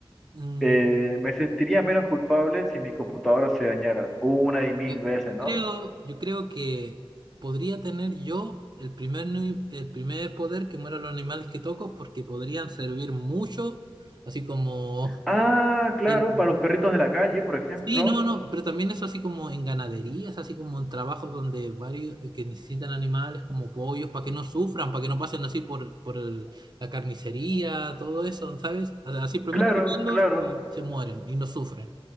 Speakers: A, on the right (about 45°); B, in the centre.
A: Mm,
B: Eh, me sentiría menos culpable si mi computadora se dañara, una y mil
A: Yo,
B: veces,
A: yo
B: ¿no?
A: creo, yo creo que podría tener yo el primer, ni- el primer poder que mueran los animales que toco porque podrían servir mucho, así como
B: Ah,
A: <laughs>
B: claro,
A: en...
B: para los perritos de la calle, por ejemplo.
A: Sí, no, no, pero también eso así como en ganaderías, así como en trabajos donde varios eh, que necesitan animales como pollos para que no sufran, para que no pasen así por, por el- la carnicería, todo eso, ¿sabes? O sea, simplemente
B: Claro,
A: tocarlos
B: claro,
A: y se mueren y no sufren.